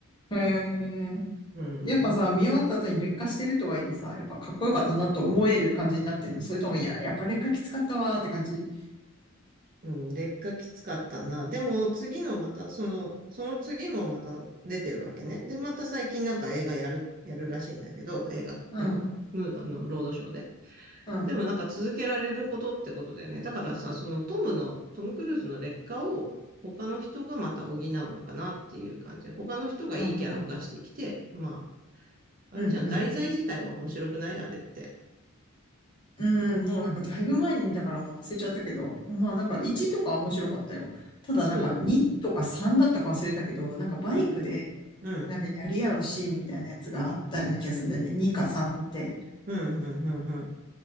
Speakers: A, on the left (about 20°); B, on the right (about 40°).
A: へえ。
B: うん。
A: やっぱさ、見終わった後に劣化してるとはいえさ、やっぱかっこよかったなと思える感じになってるのそれとも、
B: うん。
A: いや、やっぱ劣化きつかったわーって感じ
B: うん。劣化きつかったな。でも、次のまた、その、その次もまた出てるわけね。で、また最近なんか映画やる、やるらしいんだけど、映画、
A: うん、
B: あの、む、あの、ロードショーで。
A: うん、
B: でもなんか続けられるほどってことだよね。だからさ、そのトムの、トム・クルーズの劣化を他の人がまた補うのかなっていう感じで。他の人がいいキャラを出してきて、
A: うん、うん、
B: まあ、
A: うん、
B: あれじゃん、
A: うん。
B: 題材自体は面白くないあれって。
A: うん、もうなんかだいぶ前に見たからもう忘れちゃったけど、まあなんか1とかは面白かったよ。ただなんか2とか3だったか忘れたけど、
B: そ
A: なんかバイクで
B: う。うん、うん、
A: なんかやり合うシーンみたいなやつがあったような気がするんだよね。2か3で。
B: うん、うん、うん、うん。